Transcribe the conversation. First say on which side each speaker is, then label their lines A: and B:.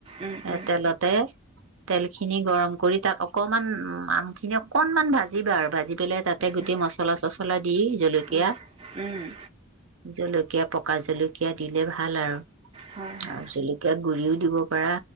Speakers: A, on the right; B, on the right.
A: উম,
B: এ
A: উম,
B: তেলতে তেলখিনি গৰম কৰি তাত অকমান আম খিনি অকনমান ভাজিবা আৰু, ভাজি পেলাই তাতে গোটেই
A: উম,
B: মচলা চচলা দি জলকীয়া
A: উম, উম,
B: জলকীয়া পকা জলকীয়া জকীয়া দিলে ভাল আৰু
A: হয় হয়
B: আৰু জলকীয় গুৰিও দিব পাৰা,